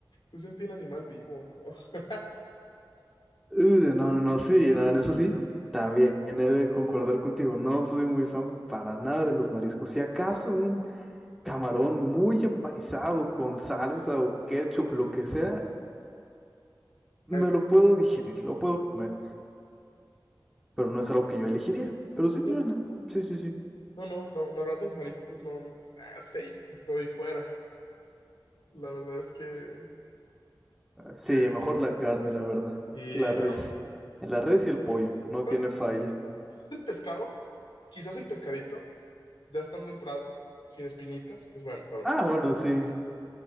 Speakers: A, on the left; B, in the centre.
A: yo sentí el animal vivo, ¿no? <laughs>
B: Uh, no, no, no, sí, no, en eso sí. También he de concordar contigo. No soy muy fan para nada de los mariscos. Si acaso un camarón muy empanizado con salsa o ketchup, lo que sea, me
A: Ay, sí.
B: lo puedo digerir, lo puedo comer, pero no es algo que yo elegiría. Pero sí,
A: No,
B: bien.
A: no, no.
B: Sí, sí, sí.
A: No, no, la, la verdad los mariscos no, ah, safe, estoy fuera. La verdad es que,
B: Sí,
A: que-
B: mejor la carne, la verdad.
A: y
B: La res.
A: no,
B: La res
A: no,
B: y el pollo, no tiene
A: no, no,
B: falla.
A: no. Quizás el pescado, quizás el pescadito, ya estando entrado, sin espinitas, pues bueno, tal
B: Ah,
A: vez,
B: bueno, sí,